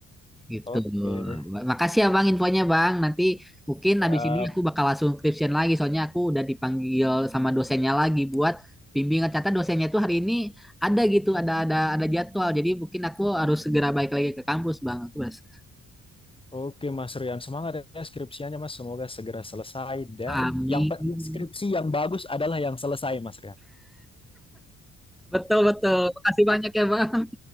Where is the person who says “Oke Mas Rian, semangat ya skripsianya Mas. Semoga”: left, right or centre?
Left